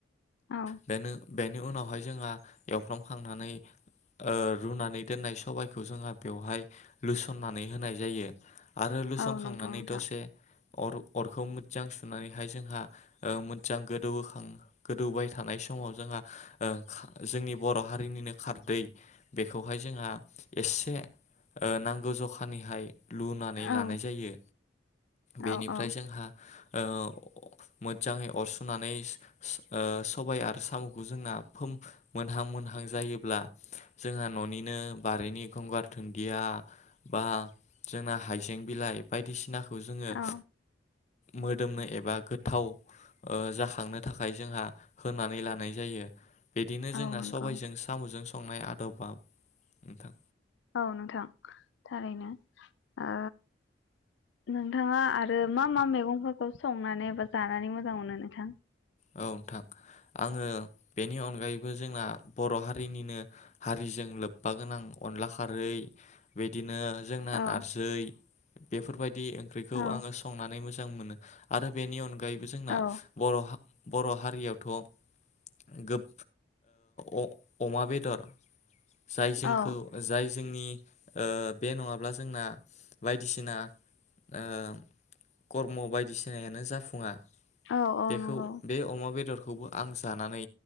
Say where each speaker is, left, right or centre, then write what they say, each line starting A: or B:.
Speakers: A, on the left; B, on the left.
A: औ
B: बेनो बेनि उनावहाय जोंहा एवफ्रामखांनानै ओ रुनानै दोननाय सबाइखौ जोंहा बेवहाय लुसननानै होनाय जायो आरो लुसंखांनानै
A: औ नंगौ नोंथां
B: दसे अर अरखौ मोजां सुनानैहाय जोंहा ओ मोजां गोदौहोखां गोदौबाय थानाय समाव जोंहा ओ जोंनि बर' हारिनिनो खारदै बेखौहाय जोंहा एसे ओ नांगौ जखानिहाय लुनानै
A: औ
B: लानाय जायो
A: औ
B: बेनिफ्राय
A: औ
B: जोंहा ओ मोजाङै अरसुनानै ओ सबाय आरो साम'खौ जोंना फोम मोनहां मोनहां जायोब्ला जोंहा न'निनो बारिनि गंगारथोन गैया बा जोंना हाइजें बिलाइ बायदिसिना खौ जोङो
A: औ
B: मोदोमनो एबा गोथाव ओ जाखांनो थाखाय जोंहा होनानै लानाय जायो बिदिनो जोंना
A: औ नंगौ
B: सबायजों साम'जों संनाय आदबाव नोंथां
A: औ नोंथां थारैनो ओ नोंथाङा आरो मा मा मेगंफोरखौ संनानै बा जानानै मोजां मोनो नोंथां
B: औ नोंथां आङो बेनि अनगायैबो जोंना बर' हारिनिनो हारिजों लोब्बा गोनां अनला खारै बिदिनो जोंना
A: औ
B: नारजै बेफोरबाय दि ओंख्रिखौ
A: औ
B: आङो संनानै मो जां मोनो आरो बेनि अनगायै बो जोंना
A: औ
B: बर' हा बर' हारियावथ' गोब ओ अ अमा बेदर जाय जोंखौ
A: औ
B: जाय जोंनि ओ बे नङाब्ला जोंना बायदिसिना ओ कर्म बायदिसिनायानो जाफुङा
A: औ औ
B: बेखौ
A: नोंगौ
B: बे अमा बेदरखौबो आं जानानै